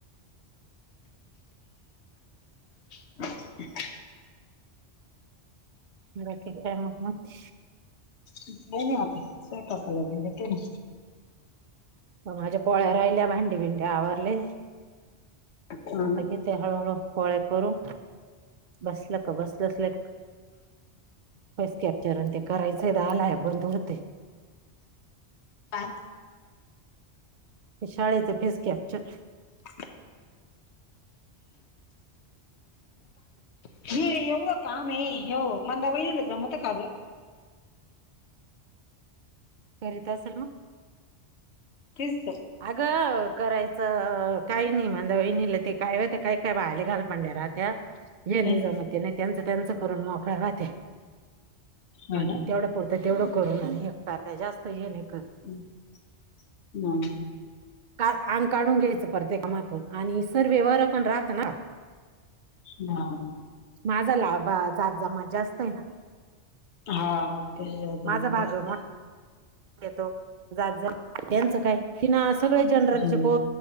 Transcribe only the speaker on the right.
बाकी काय मग मग
माझ्या पोळ्या राहिल्या भांडी भिंडी आवरली
आता घे हळूहळू पोळ्या करू बसलो का बसलो. कसले सस कॅप्चर ते करायच दहा ला ऍप बंद होते.
ते शाळेच केस कॅप्चर
करीत असल मग
अगं करायचं काही नाही मंदा वयणीला ते काय हो ते काय काय पाहिले घालपंढ्यारात त्या हे नाही
जमत नाही त्यांच त्यांच करून मोकळ राहते
आणि
तेवढ पुरत तेवढं करून आणि एक कारत जास्त हे नाय करत.
का आंग काढून घ्यायचं प्रतेक कामातून आणि तर व्यवार पण राहत ना.
माझाला जात जामा जास्त आहे ना.
माझा भाग
मोठा येतो जात जा त्यांचं काय की ना सगळे जनरलचे
पो